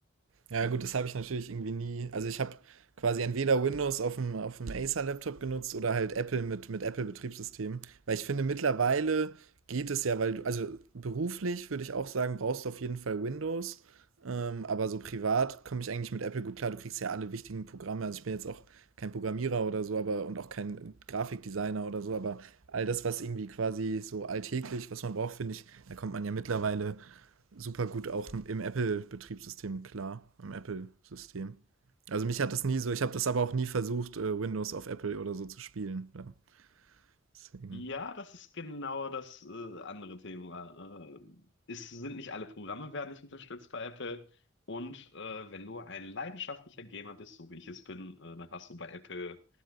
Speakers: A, on the right (about 75°); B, on the left (about 65°).
A: Ja, gut, das habe ich natürlich irgendwie nie. Also ich habe quasi entweder Windows auf dem, auf dem Acer-Laptop genutzt oder halt Apple mit, mit Apple-Betriebssystem. Weil ich finde, mittlerweile geht es ja, weil du, also beruflich würde ich auch sagen, brauchst du auf jeden Fall Windows. Ähm, aber so privat komme ich eigentlich mit Apple gut klar. Du kriegst ja alle wichtigen Programme. Also ich bin jetzt auch kein Programmierer oder so, aber und auch kein Grafikdesigner oder so, aber all das, was irgendwie quasi so alltäglich, was man braucht, finde ich, da kommt man ja mittlerweile super gut auch im Apple-Betriebssystem klar, im Apple-System. Also mich hat das nie so, ich habe das aber auch nie versucht, äh, Windows auf Apple oder so zu spielen. Ja. Deswegen,
B: Ja, das ist genau das äh, andere Thema. Äh, es sind nicht alle Programme werden nicht unterstützt bei Apple. Und äh, wenn du ein leidenschaftlicher Gamer bist, so wie ich es bin, äh, dann hast du bei Apple